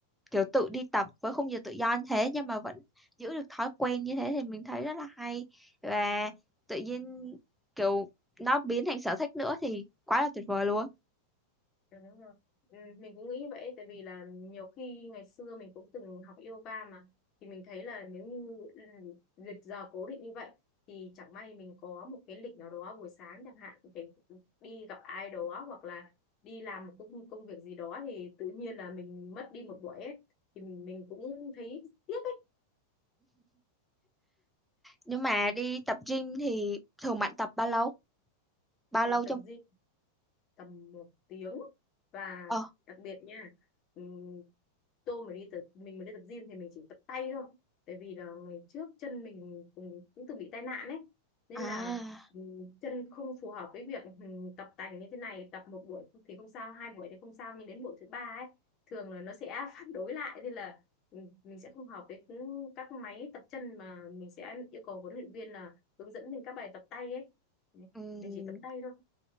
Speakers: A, in the centre; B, on the left.
A: kiểu tự đi tập với khung giờ tự do như thế nhưng mà vẫn giữ được thói quen như thế thì mình thấy rất là hay và tự nhiên kiểu nó biến thành sở thích nữa thì quá là tuyệt vời luôn
B: Ừ, đúng rồi. Ừ, mình cũng nghĩ vậy tại vì là nhiều khi ngày xưa mình cũng từng học yoga mà thì mình thấy là nếu như ừ, lịch giờ cố định như vậy thì chẳng may mình có một cái lịch nào đó buổi sáng chẳng hạn phải đi gặp ai đó hoặc là đi làm một công, công việc gì đó thì tự nhiên là mình mất đi một buổi ấy thì mình, mình cũng thấy tiếc ấy.
A: nhưng mà đi tập gym thì thường bạn tập bao lâu bao
B: Ừ,
A: lâu
B: tập
A: cho
B: gym tầm một tiếng và
A: ờ
B: đặc biệt nha ừm, tôi mà đi tập mình mà đi tập gym thì mình chỉ tập tay thôi tại vì là ngày trước chân mình cũng, cũng từng bị tai nạn đấy nên
A: à
B: là ừm, chân không phù hợp với việc ừm, tập tành như thế này tập một buổi thì không sao hai buổi thì không sao nhưng đến buổi thứ ba ấy thường là nó sẽ <laughs> phản đối lại nên là ừm, mình sẽ không hợp với những các máy tập chân mà mình sẽ yêu cầu huấn luyện viên là hướng dẫn mình các bài tập tay ấy Đấy,
A: ừm,
B: mình chỉ tập tay thôi